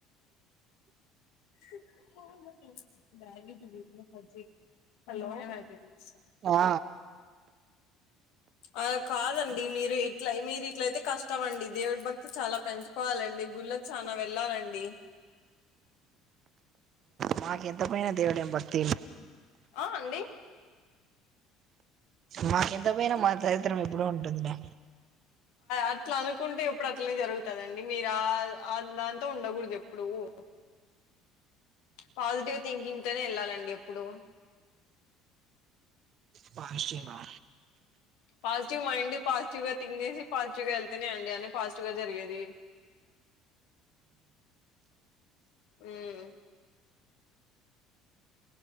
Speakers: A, on the left; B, on the right.
A: హలో
B: ఆ
A: అలా కాదండి మీరు ఇట్ల మీరు ఇట్లయితే కష్టం అండి దేవుడి భక్తి చాలా పెంచుకోవాలండి గు ళ్ళకి చానా వెళ్ళాలండి
B: మాకు ఎంత పైన దేవుడే భక్తి
A: ఆ అండి
B: మాకు ఎంత పోయినా మా దరిద్రం ఎప్పుడు ఉంటుందిలే
A: అట్లా అనుకుంటే ఎప్పుడు అట్లే జరుగుతుదండి మీరు దాంతో ఉండకూడదు ఎప్పుడూ ఆ పాజిటివ్ థింకింగ్ తోనే వెళ్ళాలండి ఎప్పుడు
B: పాజిటివా
A: పాజిటివ్ మైండ్ పాజిటివ్ గా థింక్ చేసి పాజిటివ్ గా వెళ్తేనే అండి అని పాజిటివ్ గా జరిగేది హ్మ్